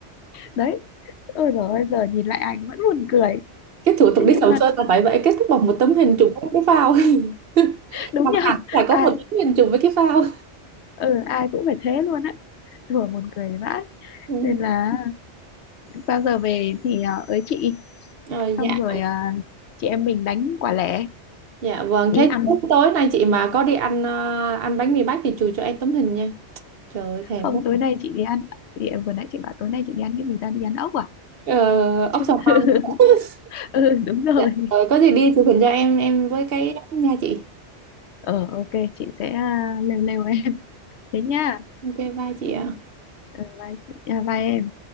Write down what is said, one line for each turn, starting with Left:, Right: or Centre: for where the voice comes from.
Left: đấy ôi rồi ôi giờ nhìn lại ảnh vẫn buồn cười
Right: cái thủ tục
Left: thế
Right: đi
Left: nhưng
Right: sầm
Left: mà
Right: sơn là phải vậy kết thúc bằng một tấm hình chụp với cái phao <laughs>
Left: đúng
Right: mặt
Left: nhờ
Right: nạ phải có
Left: ai
Right: một tấm hình chụp với cái phao
Left: ừ, ai cũng phải thế luôn á thường buồn cười vãi
Right: ừ.
Left: nên là bao giờ về thì à, ới chị
Right: ờ,
Left: xong
Right: dạ
Left: rồi à, chị em mình đánh quả lẻ
Right: dạ vâng
Left: đi
Right: thế
Left: ăn
Right: tối nay chị mà có đi ăn ờ, ăn bánh mì bách thì chụp cho em tấm hình nha trời ơi thèm
Left: không
Right: quá
Left: tối nay chị đi ăn chị ờ, vừa nãy chị bảo tối nay chị đi ăn cái gì ta đi ăn ốc à
Right: ờ, ốc
Left: chứ
Right: sò
Left: <laughs>
Right: măng <laughs>
Left: ừ đúng rồi
Right: dạ. ờ, có gì đi chụp hình cho em em với cái nha chị
Left: ờ ok chị sẽ à, lêu lêu em thế nha
Right: ok bye chị ạ
Left: ờ bye chị à, bye em